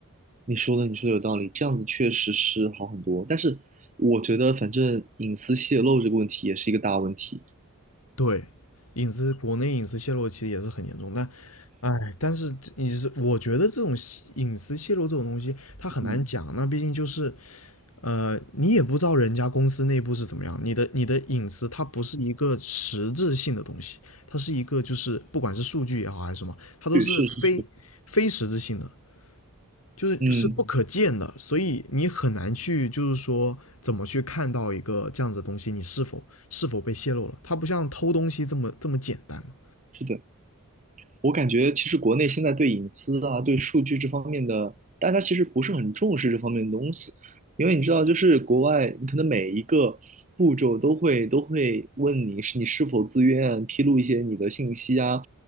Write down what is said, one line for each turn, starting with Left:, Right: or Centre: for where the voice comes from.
Right: 你说的，你说的有道理，这样子确实是好很多。但是我觉得，反正隐私泄露这个问题也是一个大问题。
Left: 对，隐私国内隐私泄露其实也是很严重，但哎，但是你是我觉得这种泄隐私泄露这种东西，它很难讲。
Right: 嗯，
Left: 那毕竟就是呃，你也不知道人家公司内部是怎么样，你的你的隐私它不是一个实质性的东西，它是一个就是不管是数据也好还是什么，它都是非非实质性的，
Right: 对，是是是，
Left: 就是是不可见的，
Right: 嗯，
Left: 所以你很难去就是说怎么去看到一个这样子的东西，你是否是否被泄露了，它不像偷东西这么这么简单嘛。
Right: 是的。我感觉其实国内现在对隐私啊、对数据这方面的，大家其实不是很重视这方面的东西，因为你知道，就是国外，你可能每一个步骤都会都会问你是你是否自愿披露一些你的信息啊，